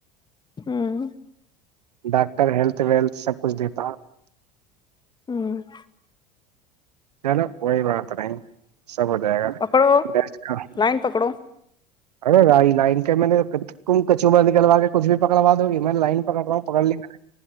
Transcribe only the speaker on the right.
ڈاکٹر ہیلتھ ویلتھ سب کچھ دیتا ہ <unintelligible>
چلو کوئی بات نہیں <unintelligible> سب ہو جائے گا
بیٹ کا <unintelligible>
ارے رائی لائن کے میں نےم کچوبر نکلوا کے کچھ بھی پکڑوا دوی <unintelligible> میں لائن پکڑ رہا ہوں پکڑ لنے میں